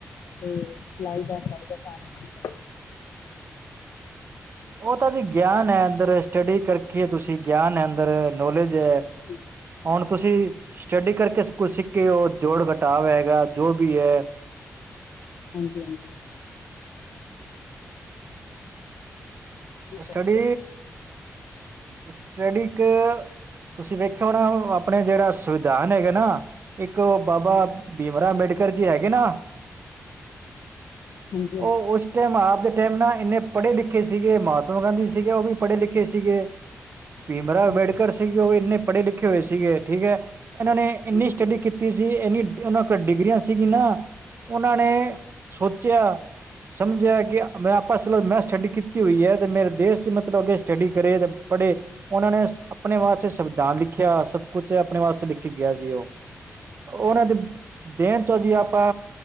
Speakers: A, on the left; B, on the right.
A: ਤੇ ਸਲਾਈ ਦਾ ਸਲਾਈ ਦਾ ਸਾਰਾ ਕੰਮ ਕਰਦੀ ਹਾਂ
B: ਉਹ ਤਾਂ ਜ ਗਿਆਨ ਹੈ ਅੰਦਰ ਸਟੱਡੀ ਕਰਕੇ ਤੁਸੀਂ
A: ਹਾਂ
B: ਗਿਆਨ ਹੈ ਅੰਦਰ ਨੌਲੇਜ ਹੈ।
A: ਹਾਂਜੀ
B: ਹੁਣ ਤੁਸੀਂ ਸਟੱਡੀ ਕਰਕੇ ਕੁਛ ਸਿੱਖ ਕਿ ਉਹ ਜੋੜ ਘਟਾਵ ਹੈਗਾ ਜੋ ਵੀ ਹੈ।
A: ਹਾਂਜੀ ਹਾਂਜੀ।
B: ਸਟੱਡੀ
A: ਤੁਹਾਡੀ ਗੱਲ ਸਹੀ ਹੈ
B: ਸਟੱਡੀ ਕ, ਤੁਸੀਂ ਵੇਖਿਆ ਹੋਣਾ, ਆਪਣੇ ਜਿਹੜਾ ਸੰਵਿਧਾਨ ਹੈਗਾ ਨਾ ਇੱਕ ਬਾਬਾ
A: ਹਾਂਜੀ
B: ਭੀਮਰਾ ਅੰਬੇਡਕਰ ਜੀ ਹੈਗੇ ਨਾ।
A: ਹਾਂਜੀ ਹਾਂਜੀ
B: ਉਹ ਉਸ ਟਾਈਮ ਆਪ ਦੇ ਟਾਈਮ ਨਾ, ਇੰਨੇ ਪੜ੍ਹੇ ਲਿਖੇ ਸੀਗੇ ਮਾ ਮਹਾਤਮਾ ਗਾਂਧੀ ਸੀਗੇ, ਉਹ ਵੀ ਪੜ੍ਹੇ ਲਿਖੇ ਸੀਗੇ। ਭੀਮ ਰਾਵ ਅੰਬੇਡਕਰ
A: ਹਾਂਜੀ
B: ਸੀਗੇ ਉਹ ਇੰਨੇ ਪੜ੍ਹੇ ਲਿਖੇ ਹੋਏ ਸੀਗੇ ਠੀਕ ਹੈ, ਇਹਨਾਂ ਨੇ
A: ਹਾਂਜੀ
B: ਇੰਨੀ ਸਟੱਡੀ
A: ਹਾਂਜੀ ਹਾਂਜੀ
B: ਕੀਤੀ ਕੀਤੀ ਸੀ ਇਨੀ ਉਹਨਾਂ ਕੋਲ ਡਿਗਰੀਆਂ ਸੀਗੀ ਨਾ ਉਹਨਾਂ ਨੇ ਸੋਚਿਆ, ਸਮਝਿਆ ਕਿ ਮੈਂ ਆਪਾਂ ਚਲੋ ਮੈਂ ਸਟੱਡੀ ਕੀਤੀ ਹੋਈ ਹੈ। ਮੇਰੇ ਦੇਸ਼ ਚ ਮਤਲਬ ਅ ਸਟੱਡੀ ਕਰੇ ਤੇ ਪੜ੍ਹੇ ਉਹਨਾਂ ਨੇ ਆਪਣੇ ਵਾਸਤੇ ਸ ਜਾਂ ਲਿਖਿਆ ਸਭ ਕੁਛ ਆਪਣੇ ਵਾਸਤੇ ਲਿਖ ਗਿਆ ਸੀ ਉਹ ਉਹਨਾਂ ਦੇ ਦੇਣ ਚੋਂ ਜੀ ਆਪਾਂ